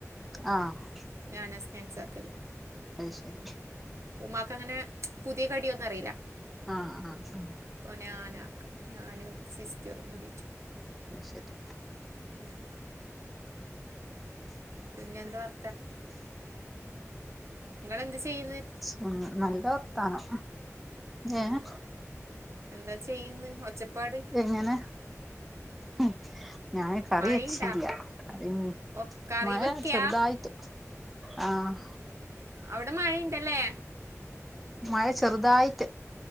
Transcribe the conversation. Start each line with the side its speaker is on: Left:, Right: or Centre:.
Centre: ആഹ്
Right: ഞാനാ സ്നാക്സ് ആക്കല്
Centre: അയ്ശരി
Right: ഉമ്മാക്ക് അങ്ങനെ പുതിയ കടിയൊന്നും അറിയില്ല
Centre: ആഹ് ആഹ് ആഹ്
Right: ഇപ്പൊ ഞാനാക്ക ഞാനും സിസ്റ്ററും കൂടിട്ട്
Centre: അയ്ശരി
Right: ഉം ഉം പിന്നെ എന്താ വർ നിങ്ങളെന്ത് ചെയ്യുന്നത്
Centre: ഉ ഉം നല്ല വർത്താനം
Right: ഉം
Centre: ഏഹ്
Right: എന്താ ചെയ്യന്ന് ഒച്ചപ്പാട്
Centre: എങ്ങനെ ഉം ഞാന് കറി
Right: മഴയിണ്ടാ
Centre: വച്ചില്ല കറി
Right: ഓ കറി
Centre: മഴ
Right: വെക്കയാ
Centre: ചെറുതായി ത് ആഹ്
Right: ആഹ് അവിടെ മഴയുണ്ടല്ലേ
Centre: മഴ ചെറുതായിട്ട്